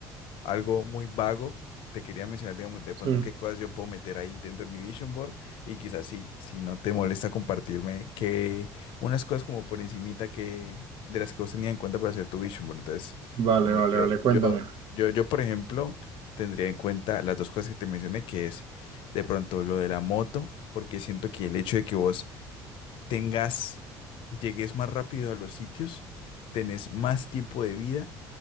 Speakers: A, on the left (about 65°); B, on the right (about 65°).
A: algo muy vago, te quería mencionar, digamos, de
B: Sí.
A: pronto qué cosas yo puedo meter ahí dentro de mi vision board y quizás sí, si no te molesta compartirme que unas cosas como por encimita que de las que vos tenías en cuenta para hacer tu vision board. Entonces,
B: Vale,
A: digamos,
B: vale,
A: yo,
B: vale, cuéntame.
A: yo, yo, yo, por ejemplo, tendría en cuenta las dos cosas que te mencioné, que es de pronto lo de la moto, porque siento que el hecho de que vos tengas, llegues más rápido a los sitios, tenés más tiempo de vida